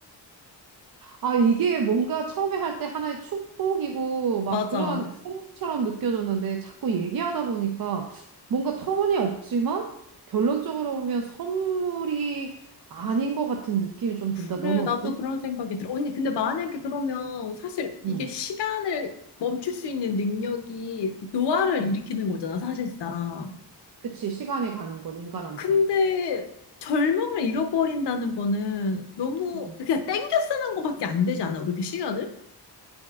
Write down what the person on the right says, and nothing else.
아, 이게 뭔가 처음에 할 때 하나의 축복이고 막
그런 선물처럼 느껴졌는데 자꾸 얘기하다 보니까 뭔가 터무니없지만 결론적으로 보면 선물이 아닌 것 같은 느낌이 좀 든다.
너는
어때?
응,
응.
그치. 시간이 가는 건 인간한테.
응.